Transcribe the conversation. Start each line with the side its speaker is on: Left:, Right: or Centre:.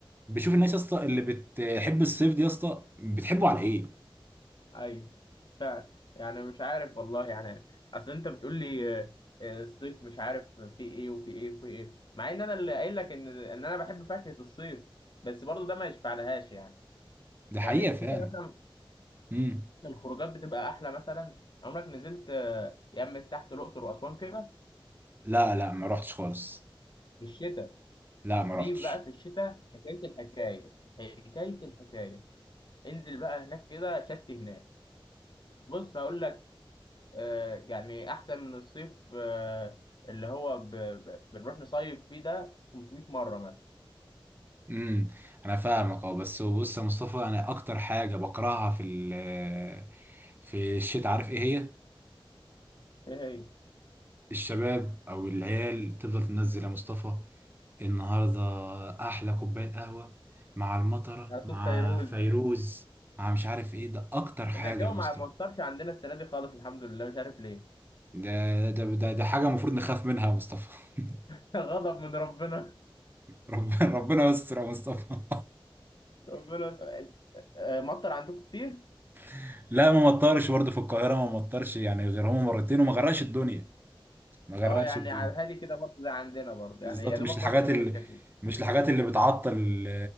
Right: بشوف الناس يا اسطى اللي بتحب الصيف دي يا اسطى بتحبه على ايه
Left: ايوه فعلا يعني مش عارف والله يعني اصل انت بتقول لي آه، آه، الصيف مش عارف في ايه وفي ايه وفي ايه مع ان انا اللي قايل لك ان ان انا بحب فاكهة الصيف بس برضو ده ما يشفعلهاش يعني
Right: ده حقيقه
Left: يعني في الشتاء
Right: فعلا
Left: مثلا
Right: امم
Left: الخروجات بتبقى احلى مثلا عمرك نزلت آه، يمة تحت الاقصر واسوان كده
Right: لا لا ما رحتش خالص
Left: في الشتاء
Right: لا ما
Left: دي
Right: رحتش
Left: بقى في الشتاء حكاية الحكاية حكاية الحكاية انزل بقى هناك كده شت هناك بص هقول لك آه، يعني احسن من الصيف آه، اللي هو ب... ب... بنروح نصيف فيه ده 500 مره مثلا
Right: امم انا فاهمك اه بس بص يا مصطفى انا اكتر حاجه بكرهها في ال- في الشتاء عارف ايه هي
Left: ايه هي
Right: الشباب او العيال تفضل تنزل يا مصطفى النهارده احلى كوبايه قهوه مع المطره
Left: آه،
Right: مع
Left: صيف فيروز
Right: فيروز
Left: <laughs>
Right: مع مش عارف ايه ده اكتر حاجه
Left: ان الجو
Right: يا مصطفى
Left: ما ما اثرش عندنا السنه دي خالص الحمد لله مش عارف ليه
Right: ده ده ده, ده حاجه المفروض نخاف منها يا مصطفى <laughs>
Left: <laughs> غضب من ربنا
Right: ربنا ربنا يستر يا مصطفى
Left: ربنا س- آه، مطر عندكم كتير
Right: <laughs> لا ما مطرش برضه في القاهره ما مطرش يعني غير هما مرتين وما غرقش الدنيا ما غرقش
Left: اه يعني
Right: الدنيا
Left: على الهادي كده برضه زي عندنا برضه
Right: بالظبط
Left: يعني يا دوبك
Right: مش الحاجات
Left: رش السكه
Right: اللي
Left: كده
Right: مش الحاجات اللي بتعطل ال-